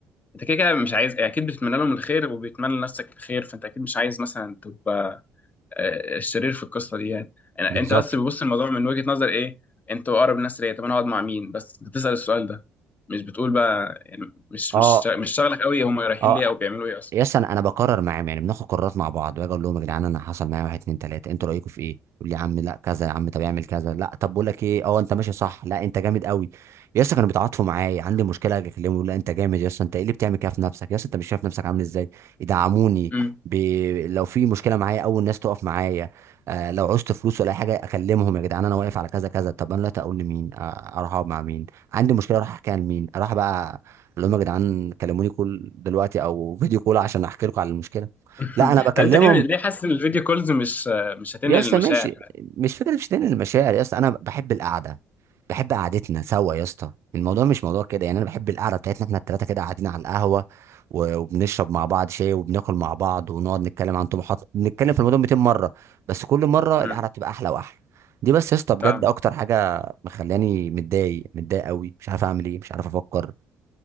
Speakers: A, on the left; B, on the right.
A: انت كده كده مش عايز اكيد بتتمنى لهم الخير وبيتمنى لنفسك الخير فانت اكيد مش عايز مثلا تبقى آه، الشرير في القصه دي يعني أنا-
B: بالظبط
A: انت بس بتبص الموضوع من وجهه نظر ايه انتوا اقرب الناس ليا طب انا اقعد مع مين بس انت بتسال السؤال ده مش بتقول بقى يعني مش
B: اه
A: مش مش شغلك قوي هم رايحين
B: اه
A: ليه او بيعملوا ايه اصلا
B: يس انا انا بقرر معاهم يعني بناخد قرارات مع بعض باجي اقول لهم يا جدعان انا حصل معايا واحد اتنين تلاته انتوا رايكم في ايه؟ يقول لي يا عم لا كذا يا عم طب اعمل كذا لا طب بقول لك ايه اه انت ماشي صح لا انت جامد قوي يس كانوا بيتعاطفوا معايا عندي مشكله اجي اكلمهم يقول لا انت جامد يس انت ايه اللي بتعمل كده في نفسك يس انت مش شايف نفسك عامل ازاي؟ يدعموني
A: امم
B: ب... لو في مشكله معايا اول ناس تقف معايا آه لو عوزت فلوس ولا اي حاجه اكلمهم يا جدعان انا واقف على كذا كذا طب انا دلوقتي اقول لمين؟ آه اروح اقعد مع مين؟ عندي مشكله اروح احكيها لمين؟ اروح بقى اللي هم يا جدعان كلموني كل دلوقتي او فيديو كول عشان احكي لكم على المشكله
A: <laughs>
B: لا انا بكلمهم
A: طب انت ليه ليه حاسس ان الفيديو كولز مش آه، مش هتنقل
B: يا اسطى
A: المشاعر
B: ماشي مش فكره مش تاني المشاعر يا اسطى انا بحب القعده بحب قعدتنا سوا يا اسطى الموضوع مش موضوع كده يعني انا بحب القعده بتاعتنا احنا الثلاثه كده قاعدين على القهوه و- وبنشرب مع بعض شاي وبناكل مع بعض ونقعد نتكلم عن طموحات بنتكلم في الموضوع 200 مره بس كل مره
A: امم
B: القعده بتبقى احلى واحلى دي بس يا اسطى بجد
A: فاهم
B: اكتر حاجه مخلاني متضايق متضايق قوي مش عارف اعمل ايه مش عارف افكر